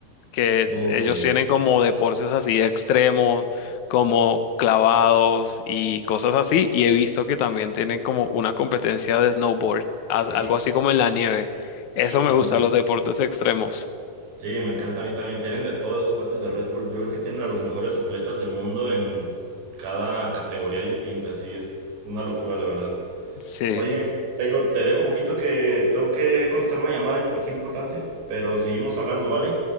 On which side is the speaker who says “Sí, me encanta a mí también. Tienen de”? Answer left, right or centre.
Right